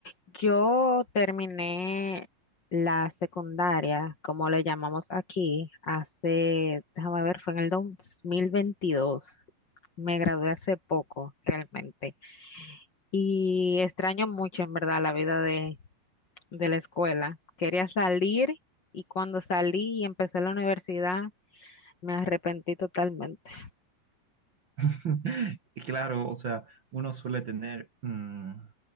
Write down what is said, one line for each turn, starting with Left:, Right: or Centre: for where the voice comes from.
Left: Yo terminé la secundaria, como le llamamos aquí, hace, déjame ver, fue en el dos mil veintidós. Me gradué hace poco, realmente. Y extraño mucho, en verdad, la vida de, de la escuela. Quería salir y cuando salí y empecé la universidad, me arrepentí totalmente.
Right: <laughs> Y Claro, o sea, uno suele tener mm,